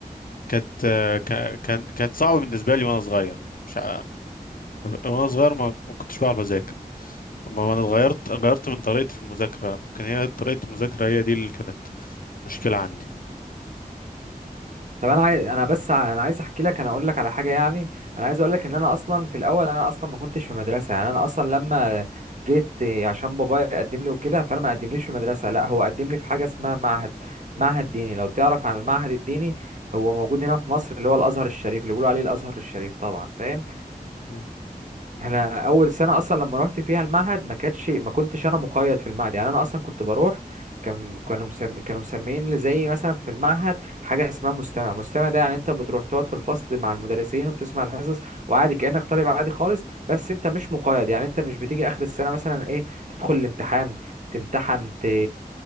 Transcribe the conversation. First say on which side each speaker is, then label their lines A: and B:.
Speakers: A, on the left; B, on the right.
A: كانت كا- كان كانت صعبة بالنسبة لي وأنا صغير مش ع- وأنا صغير ما ما كنتش بعرف أذاكر أما أنا اتغيرت غيرت من طريقتي في المذاكرة ممكن هي طريقة المذاكرة هي دي اللي كانت مشكلة عندي
B: طب انا عايز انا بس ع- انا عايز احكي لك انا اقول لك على حاجه يعني انا عايز اقول لك ان انا اصلا في الاول انا اصلا ما كنتش في مدرسه يعني انا اصلا لما جيت إيه، عشان بابايا قدم لي وكده فانا ما قدمليش في مدرسه لا هو قدم لي في حاجه اسمها معهد معهد ديني لو تعرف عن المعهد الديني هو موجود هنا في مصر اللي هو الازهر الشريف اللي بيقولوا عليه الازهر الشريف طبعا فاهم
A: مم.
B: انا اول سنه اصلا لما رحت فيها المعهد ما كانتش ما كنتش انا مقيد في المعهد يعني انا اصلا كنت بروح كان كانوا مسم... كانوا مسميين لي زي مثلا في المعهد حاجه اسمها مستمع مستمع ده يعني انت بتروح تقعد في الفصل مع المدرسين وبتسمع الحصص وعادي كانك طالب عادي خالص بس انت مش مقيد يعني انت مش بتيجي اخر السنه مثلا ايه تدخل الامتحان تمتحن ت...